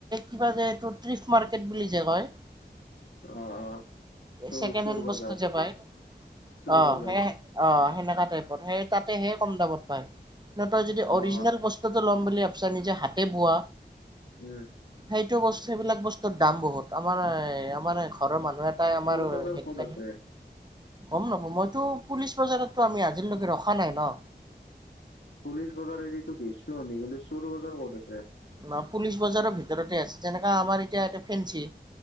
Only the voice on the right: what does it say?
কিবা যে এইটো ট্ৰিফ মাৰ্কেট বুলি যে কয়
এ
ছেকেন
হেন
বস্তু যে পায়।
অ'
সেয়া- অ' সেনেকা টাইপৰ। সেই তাত তেহে কম দামত পায়। ন তই যদি
অৰিজনেল বস্তুটো ল'ম বুলি ভাবিছা, নিজে হাতে বোৱা
সেইটো বস্তু এইবিলাক বস্তুৰ দাম বহুত। আমাৰ এ- আমাৰ ঘৰৰ মানুহ এটাই আমাৰ
হেৰি
কাৰণে
গম নাপাওঁ। মইতো পুলিচ বজাৰতো আমি আজি লৈকে ৰখা নাই ন'।
না, পুলিচ বজাৰৰ ভিতৰতে আছে। যেনেকা আমাৰ এতিয়া এতে ফেঞ্চি